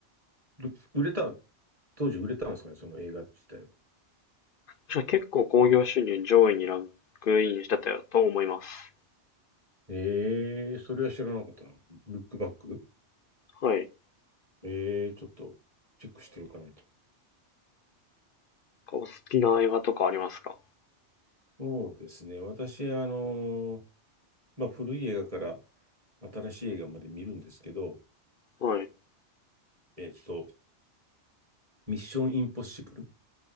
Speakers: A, on the right; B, on the left.
A: る売れた、当時売れたんですかね、その映画自体は。
B: 確か結構興行収入上位にランクインしてたと思います。
A: ええ、それは知らなかったな。ルックバック
B: はい。
A: ええ、ちょっとチェックしておかないと。
B: お好きな映画とかありますか
A: そうですね。私、あの、まあ、古い映画から新しい映画まで見るんですけど、
B: はい。
A: えっと、ミッションインポッシブル